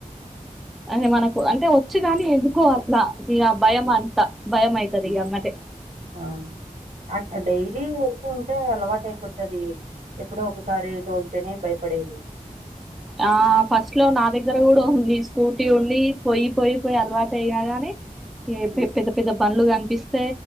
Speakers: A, in the centre; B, on the right (about 65°).
A: అదే మనకు అంటే వొచ్చుగాని ఎందుకొ అట్లా సిగ భయం అంతా. మైతది
B: హ్మ్.
A: ఇగ అమ్మటే
B: ఆ అట్ డైలీ వొ వొస్తుంటే అలవాటు అయిపోతది ఎప్పుడో ఒక సారే తోల్తేనే భయపడేది
A: ఆ ఫస్ట్ లో నా దగ్గర కూడా ఉంది స్కూటీ ఉండి పోయి పోయి పోయి అలవాటు అయినా గాని.
B: హ్మ్.
A: పెద్ద పెద్ద బండ్లు కనిపిస్తే